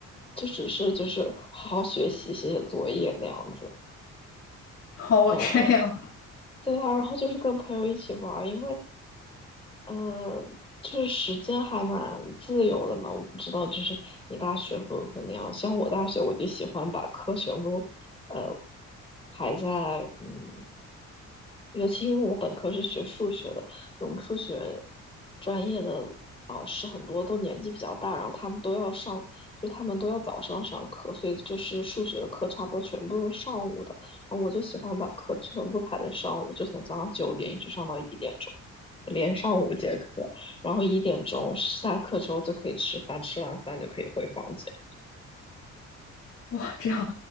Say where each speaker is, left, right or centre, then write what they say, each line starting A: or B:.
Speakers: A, on the left (about 20°); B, on the left (about 50°).
A: 就只是就是好好学习、写写作业那样子。
B: <laughs> 哦，
A: 呃，
B: 这样，
A: 对啊，然后就是跟朋友一起玩儿，因为呃，就是时间还蛮自由的嘛，我不知道，就是你大学会不会那样？像我大学，我就喜欢把课全部，呃，排在，嗯，尤其因为我本科是学数学的，我们数学专业的老师很多都年纪比较大，然后他们都要上，就他们都要早上上课，所以就是数学的课差不多全部是上午的，然后我就喜欢把课全部排在上午，就从早上九点一直上到一点钟，连上午。然后一点钟下课之后就可以吃饭，吃完饭就可以回房间。
B: 哇，这样，